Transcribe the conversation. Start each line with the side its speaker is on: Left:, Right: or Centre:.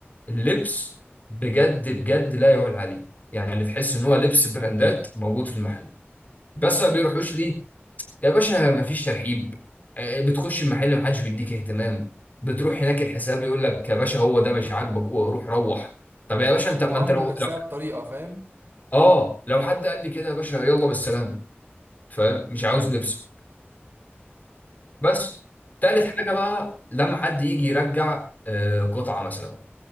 Left: اللبس بجد بجد لا يعلى عليه يعني تحس ان هو لبس براندات موجود في المحل بس
Right: مم.
Left: ما بيروحوش ليه يا باشا مفيش ترحيب آه، بتخش المحل محدش بيديك اهتمام بتروح هناك الحساب يقول لك يا باشا هو ده مش عاجبك روح روح طب يا باشا انت
Right: المعاملة
Left: ما انت لو,
Right: نفسها
Left: لو
Right: بطريقة فاهم
Left: اه لو حد قال لي كده يا باشا يلا بالسلامه فاهم مش
Right: مم.
Left: عاوز لبس بس تالت حاجه بقى لما حد يجي يرجع آه، قطعه مثلا